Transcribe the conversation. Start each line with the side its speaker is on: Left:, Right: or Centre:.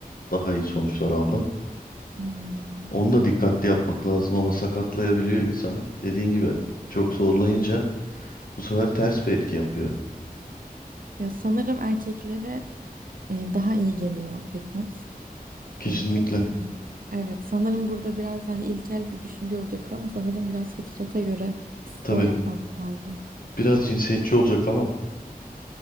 Left: daha iyi sonuçlar aldım.
Right: Hmm.
Left: Onu da dikkatli yapmak lazım ama sakatlayabiliyor insanı. Dediğin gibi çok zorlayınca bu sefer ters bir etki yapıyor.
Right: Ya sanırım erkeklere e, daha iyi geliyor fitness.
Left: Kesinlikle.
Right: E, kadınlar- evet sanırım burada biraz hani ilkel bir düşünce olacak ama sanırım biraz fıtrata göre spor
Left: Tabii
Right: yapmamız lazım.
Left: biraz cinsiyetçi olacak ama